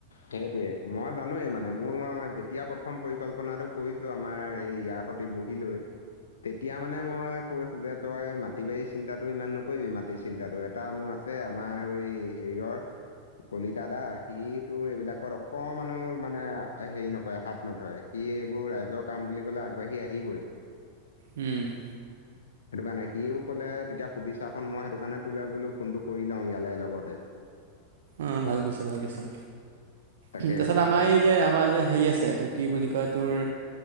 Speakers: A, on the left (about 65°); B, on the right (about 60°).
A: সেইটয়ে মই জানোে মানে মোৰ যেতিয়া প্ৰথম পৰিকল্পনাটো কৰিছো আমাৰ এই ইয়াৰ সতে বহি লৈ তেতিয়া মানে মই কৈছো যে তই মাটি বাৰী চিন্তাাতো ইমান নকৰিবিি মাটি চিন্তাটো এটা মোৰ আছে আমাৰ স হেৰিয়ৰ কলিতা দা সি তোৰ এইবিলাকত অকমানো মানে হেৰি নকৰে হাত নধৰে সি এইবোৰ ৰাইজৰ কাম বুলি ক'লে আগবাঢ়ি আহিবই
B: উম
A: সেইটো কাৰ নাই সিও কলে তেতিয়া সুধিছাখন মই সেইটো দোকানে তোলে বোলো ফোনটো কৰি লও ইয়ালে লগতে
B: অ ভালকৈছা ভালকৈছা
A: তাকে
B: তাৰিছত
A: মই
B: আমাৰ এই যে আমাৰ যে হেৰি আছে এইটো কি বুলি কয় তোৰ